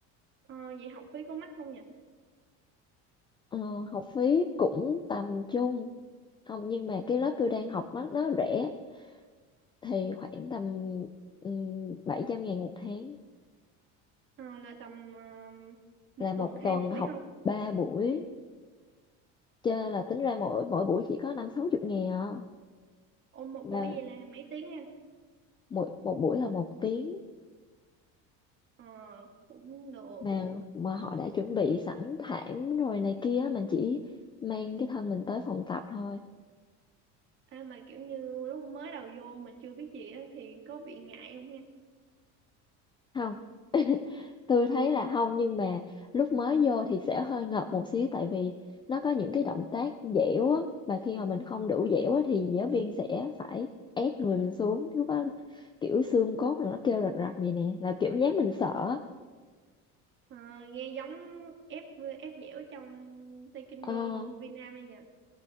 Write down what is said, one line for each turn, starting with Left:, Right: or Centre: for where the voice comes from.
Right: Ờ, vậy học phí có mắc không nhỉ
Left: Ờ, học phí cũng tầm trung không nhưng mà cái lớp tôi đang học nó nó rẻ thì khoảng tầm um, 700 ngàn một tháng
Right: Ờ, là tầm ờ, một
Left: là một
Right: tuần hai
Left: tuần
Right: buổi
Left: học
Right: không
Left: ba buổi chơi là tính ra mỗi mỗi buổi chỉ có năm sáu chục ngàn à
Right: ôn một
Left: mà
Right: buổi vậy là mấy tiếng ha
Left: một một buổi là một tiếng
Right: Ờ, cũng được
Left: mà mà họ đã chuẩn bị sẵn thảm rồi này kia mình chỉ mang cái thân mình tới phòng tập thôi
Right: Ê, mà kiểu như lúc mới đầu vô mà chưa biết gì á thì có bị ngại không ha
Left: không tôi thấy là không nhưng mà lúc mới vô thì sẽ hơi ngợp một xíu tại vì nó có những cái động tác dẻo á và khi mà mình không đủ dẻo á, thì giáo viên sẽ phải ép người mình xuống lúc đó kiểu xương cốt nó kêu rạch rạch vậy nè là kiểu nhát mình sợ á.
Right: Ờ, nghe giống ép ép dẻo trong Taekwondo
Left: à,
Right: của Việt Nam này nhỉ